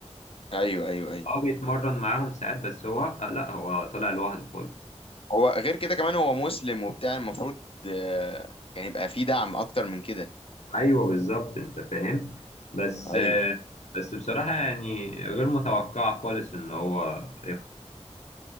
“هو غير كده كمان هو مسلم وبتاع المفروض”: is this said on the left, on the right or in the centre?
Left